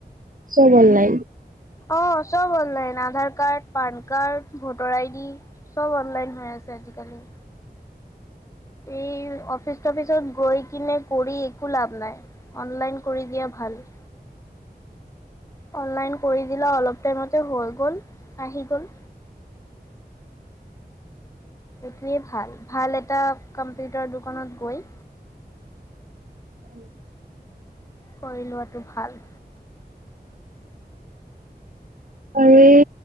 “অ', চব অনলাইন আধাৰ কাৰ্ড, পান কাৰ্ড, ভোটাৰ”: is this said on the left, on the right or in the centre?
Left